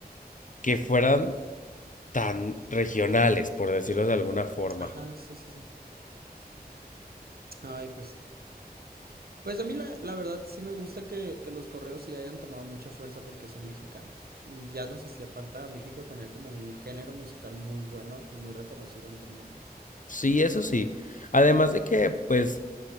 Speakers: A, on the left; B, on the right.
A: que fueran tan regionales, por decirlo de alguna forma.
B: ajá, sí, sí, sí. Ay, pues. Pues a mí la, la verdad sí me gusta que, que los correos sí hayan tomado mucha fuerza porque son mexicanos. Y ya nos hacía falta a México tener como un género musical muy bueno y muy reconocido ante el mundo.
A: Sí, eso sí. Además de que, pues,